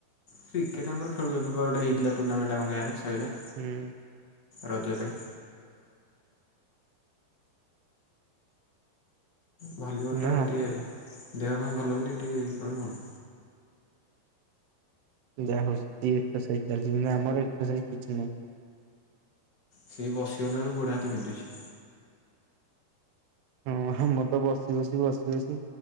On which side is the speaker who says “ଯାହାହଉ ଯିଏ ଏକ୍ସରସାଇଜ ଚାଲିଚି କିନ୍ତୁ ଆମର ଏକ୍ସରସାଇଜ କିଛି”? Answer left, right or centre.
Right